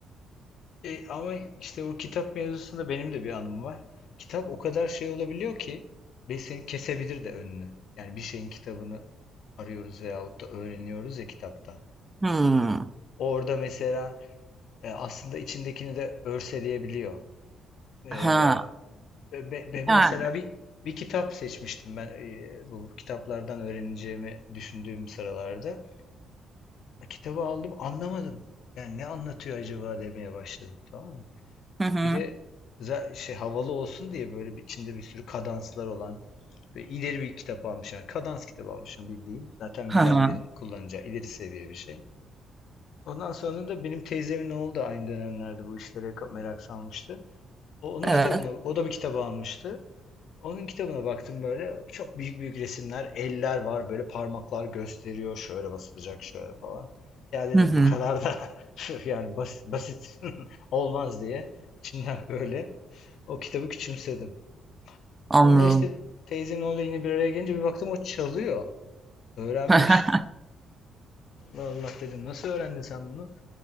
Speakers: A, on the left; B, on the right.
A: E, ama işte o kitap mevzusunda benim de bir anım var. Kitap o kadar şey olabiliyor ki ve seni kesebilir de önünü. Yani bir şeyin kitabını arıyoruz veyahut da öğreniyoruz ya kitaptan.
B: Hmm.
A: Orada mesela e, aslında içindekini de örseleyebiliyor. E,
B: Ha.
A: be- be- be- mesela
B: Yani.
A: bir bir kitap seçmiştim ben e, bu kitaplardan öğreneceğimi düşündüğüm sıralarda. Kitabı aldım anlamadım. Yani ne anlatıyor acaba demeye başladım tamam mı?
B: Hı hı.
A: Bir de za- şey havalı olsun diye böyle bir, içinde bir sürü kadanslar olan ve ileri bir kitap almış yani kadans kitabı almışım bildiğin. Zaten
B: Hı
A: bilenlerin
B: hı.
A: kullanacağı ileri seviye bir şey. Ondan sonra da benim teyzemin oğlu da aynı dönemlerde bu işlere ka- merak salmıştı. O onun
B: Evet.
A: kitabına, o da bir kitabı almıştı. Onun kitabına baktım böyle çok büyük büyük resimler, eller var böyle parmaklar gösteriyor şöyle basılacak şöyle falan. Ya dedim
B: Hı hı.
A: bu kadar da <laughs> şu yani basit, basit <laughs> olmaz diye içimden böyle o kitabı küçümsedim.
B: Anladım.
A: Sonra işte teyzemle orada yine bir araya gelince bir baktım o çalıyor. Öğrenmiş.
B: <laughs>
A: Allah Allah dedim nasıl öğrendin sen bunu?